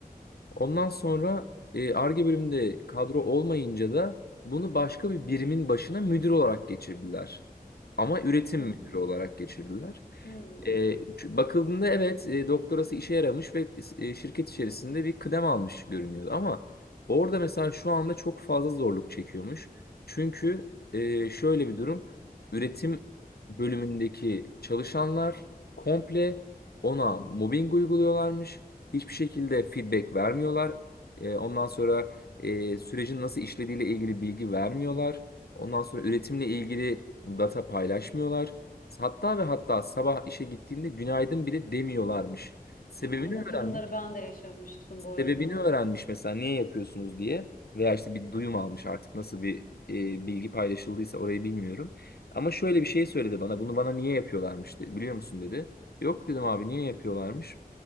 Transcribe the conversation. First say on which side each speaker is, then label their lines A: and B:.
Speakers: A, on the left; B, on the left.
A: Ondan sonra e, Ar-Ge bölümünde kadro olmayınca da bunu başka bir birimin başına müdür olarak geçirdiler. Ama üretim
B: Hı
A: müdürü
B: hı.
A: olarak geçirdiler.
B: Hı.
A: E, ç- bakıldığında evet e, doktorası işe yaramış ve e, şirket içerisinde bir kıdem almış görünüyordu. Ama orada mesela şu anda çok fazla zorluk çekiyormuş. Çünkü e, şöyle bir durum. Üretim bölümündeki çalışanlar komple ona mobbing uyguluyorlarmış Hiçbir şekilde feedback vermiyorlar. E, ondan sonra e, sürecin nasıl işlediğiyle ilgili bilgi vermiyorlar. Ondan sonra üretimle ilgili data paylaşmıyorlar. Hatta ve hatta sabah işe gittiğinde günaydın bile demiyorlarmış. Sebebini
B: Aa, Bu
A: öğrenmiş.
B: durumları ben de yaşamıştım bu arada.
A: Sebebini öğrenmiş mesela niye yapıyorsunuz diye. Veya işte bir duyum almış artık nasıl bir e, bilgi paylaşıldıysa orayı bilmiyorum. Ama şöyle bir şey söyledi bana. Bunu bana niye yapıyorlarmış dedi. Biliyor musun dedi. Yok dedim abi niye yapıyorlarmış.